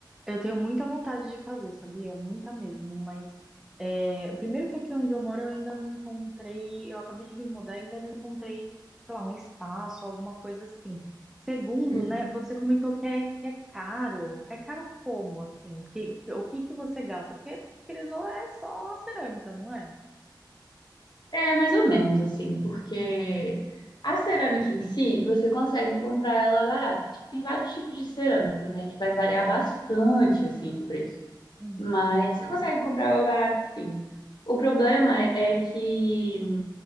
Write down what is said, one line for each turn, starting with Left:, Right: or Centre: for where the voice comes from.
Centre: eu tenho muita vontade de fazer, sabia? Muita mesmo, mas é, primeiro que aqui onde eu moro eu ainda não encontrei, eu acabei de me mudar, ainda não encontrei, sei lá, um espaço, alguma coisa assim. Segundo,
Left: Hum.
Centre: né, você comentou que é, que é caro. É caro como, assim? Porque, o que que você gasta? Porque, querendo, ou não, é só cerâmica, não é?
Left: É mais ou menos assim, porque a cerâmica em si, você consegue comprar ela barato. Tipo, tem vários tipos de cerâmica, né, que vai variar bastante assim o preço.
Centre: Uhum.
Left: Mas você consegue comprar ela barato sim. O problema é que